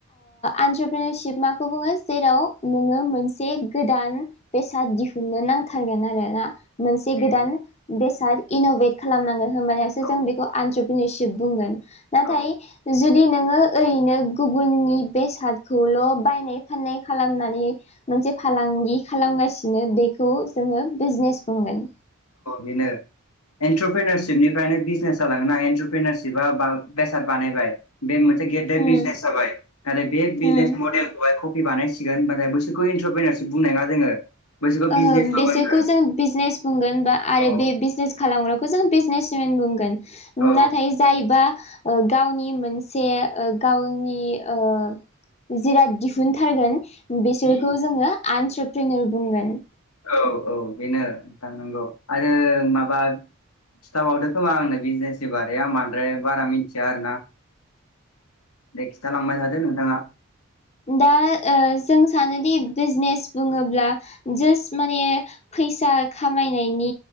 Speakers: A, on the left; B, on the left.
A: आन्टारप्रनरसिप माखौ बुङो? जेराव नोङो मोनसे गोदान बेसाद दिहुननो नांथारगोन आरोना। मोनसे
B: उम
A: गोदान बेसाद इन'भेट खालामनांगोन, होनबानासो
B: औ
A: जों बेखौ आनट्र बुंगोन नाथाय
B: औ
A: जुदि नोङो ओरैनो गुबुननि बेसादखौल' बायनाय फाननाय खालामनानै मोनसे फालांगि खालामगासिनो, बेखौ जोङो बिजनेस बुंगोन।
B: बिनो। एन्टारप्रिनारसिपनिफ्रायनो बिजनेस जालाङोना एन्टारप्रिनारसिपआ बेसाद बानायबाय, बे मोन बिजनेस
A: उम
B: जाबाय, आरो बे बिजनेस
A: उम
B: मदेलखौहाय कफि बानायसिगोन ओमफ्राय बैसोरखौ इन्टारप्रेनरसिप बुंनाय ना जोङो। बैसोरखौ
A: ओहो
B: बिजनेसल'
A: बिसोरखौ
B: होनगोन
A: जों बिजनेस बुंगोन बा आरो
B: औ
A: बे बिजनेस खालामग्राखौ जों बिजनेसमेन बुंगोन।
B: औ
A: नाथाय जायबा गावनि मोनसे गावनि ओ जिराद दिहुनथारगोन, बिसोरखौ
B: उम
A: जोङो आनतरपेनेर बुंगोन।
B: औ औ बेनो थांनांगौ। आरो माबा खिथाबावदो खोमा आंनो बिजनेसनि बारै आं बांद्राय बारा मिथिया आरोना। दे खिथालांबाय थादो नोंथाङा।
A: दा जों सानोदि बिजनेस बुङोब्ला जास्ट माने फैसा खामायनायनि